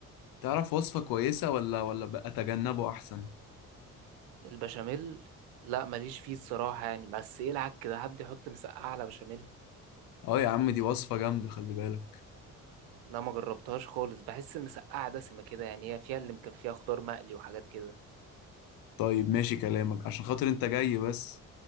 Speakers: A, on the left; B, on the right.
A: تعرف وصفة كويسة ولا ولا بقى أتجنبه أحسن
B: البشاميل لا ماليش فيه الصراحة يعني بس يلعك كده حد يحط مسقعة على بشاميل
A: آه يا عم دي وصفة جامدة خلي بالك
B: لا ما جربتهاش خالص بحس المسقعة دسمة كده يعني هي فيها اللي مكفيها خضار مقلي وحاجات كده
A: طيب ماشي كلامك عشان خاطر أنت جاي بس